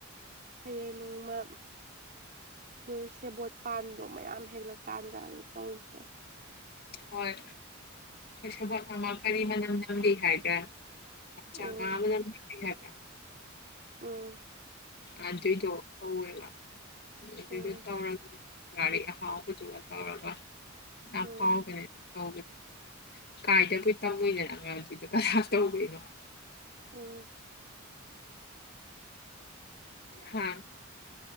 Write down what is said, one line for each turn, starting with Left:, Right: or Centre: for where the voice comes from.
Right: ꯍꯌꯦꯡ ꯅꯣꯡꯃ ꯅꯣꯏ ꯁꯦꯕꯣꯠ ꯄꯥꯟꯕꯗꯣ ꯃꯌꯥꯝ ꯍꯦꯜꯂꯛꯀꯥꯟꯗ ꯑꯗꯨ ꯇꯧꯁꯦ
Left: ꯍꯣꯏ꯫ ꯈꯣꯏ ꯁꯦꯕꯣꯠ ꯑꯃꯥ ꯀꯔꯤ ꯃꯅꯝ ꯅꯝꯕꯤ ꯍꯥꯏꯕ꯭ꯔꯥ
Right: ꯎꯝ
Left: ꯆꯉꯥ ꯃꯅꯝ ꯅꯝꯕꯤ ꯍꯥꯏꯕ꯭ꯔꯥ
Right: ꯝ
Left: ꯑꯗꯨꯏꯗꯣ ꯍꯧꯋꯦꯕ ꯑꯗꯨꯗꯨ
Right: ꯎꯝ
Left: ꯇꯧꯔꯒꯅꯦ ꯒꯥꯒ ꯍꯥꯎꯕꯗꯨ ꯑꯕ ꯌꯥꯝ
Right: ꯎꯝ
Left: ꯐꯥꯎꯅꯦ <inaudible> ꯇꯧꯕꯗ ꯀꯥꯏꯗꯕꯨ ꯇꯝꯃꯣꯏꯅꯣ ꯑꯉꯥꯡꯁꯤꯡꯗꯣ ꯀꯅꯥ ꯇꯧꯕꯤꯔꯤꯅꯣ
Right: ꯎꯥꯝ
Left: ꯍꯥ